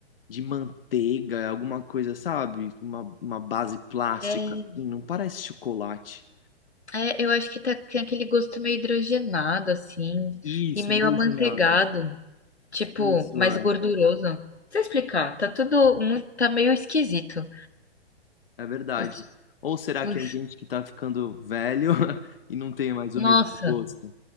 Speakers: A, on the left; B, on the left.
A: de manteiga, alguma coisa, sabe? Uma, uma base plástica,
B: É,
A: assim, não parece chocolate.
B: é, eu acho que tá, tem aquele gosto meio hidrogenado, assim,
A: Isso,
B: e meio
A: hidrogenado.
B: amanteigado, tipo,
A: Isso,
B: mais
A: é,
B: gorduroso. Não sei explicar, tá tudo muito, tá meio esquisito.
A: é verdade.
B: Os,
A: Ou será que
B: os,
A: é gente que tá ficando velho <laughs> e não tem mais o
B: nossa.
A: mesmo gosto?